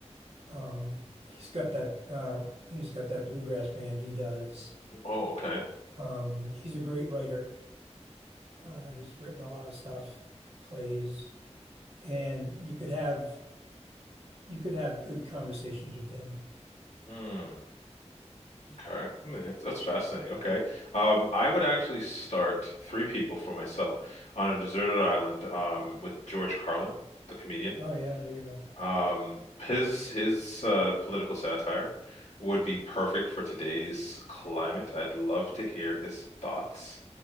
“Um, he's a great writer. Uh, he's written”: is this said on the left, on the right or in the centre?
Right